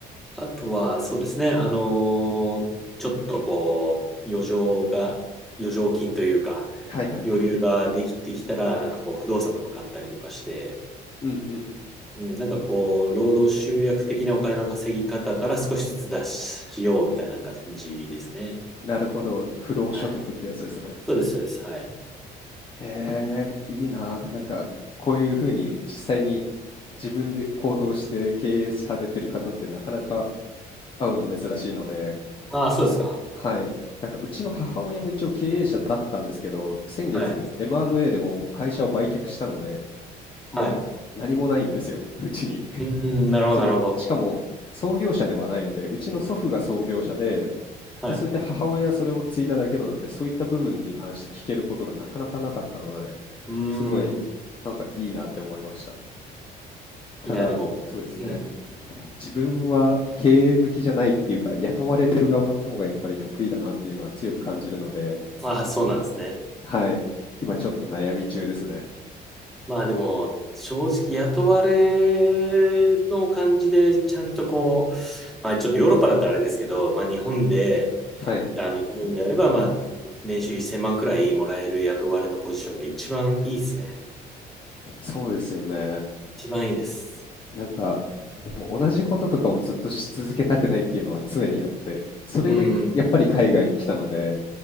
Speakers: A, in the centre; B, on the left.
A: あとはそうですね、あのーちょっとこう、余剰が、余剰金というか、
B: はいはい。
A: 余裕ができてきたら、なんかこう不動産とか買ったりとかして、
B: うんうん。
A: うん、なんかこう、労働集約的なお金の稼ぎ方から少しずつ出しようみたいな感じですね。
B: なるほど。不労所得ってやつですね。
A: はい。そうです、そうです。はい。
B: へえ、いいな。なんか、こういう風に実際に自分で行動して経営されてる方ってなかなか会うの珍しいので、
A: ああ、そうですか。
B: すはい。なんかうちの母親も一応経営者だったんですけど、先月
A: はい。
B: M&A でもう会社を売却したので、もう何もないんですよ、
A: はい。
B: うちに。
A: うーん、
B: <laughs>
A: なるほど、
B: その、
A: なるほど。
B: しかも創業者ではないので、うちの祖父が創業者で、
A: はい。
B: で、それで母親はそれを継いだだけなので、そういった部分に関して聞けることがなかなかなかったので、
A: うーん。
B: すごいなんかいいなって思いました。ただ、
A: いや、でも、
B: そうですね。
A: うん。
B: 自分は経営向きじゃないっていうか、雇われてる側の方がやっぱり得意だなっていうのは強く感じるので、
A: ああ、そうなんですね。
B: 今、はい、今ちょっと悩み中ですね。
A: まあでも、正直雇われの感じで、ちゃんとこう、まあちょっとヨーロッパだったらあれですけど、まあ日本で、
B: ははい、
A: あの、言うんであれば、まあ、年収1000万くらいもらえる雇われのポジションが一番いいですね。
B: そうですよね。
A: 一番いいです。
B: なんか、でも同じこととかをずっとし続けたくないっていうのは常にあって、それでやっぱり海外に来たので、
A: うーん。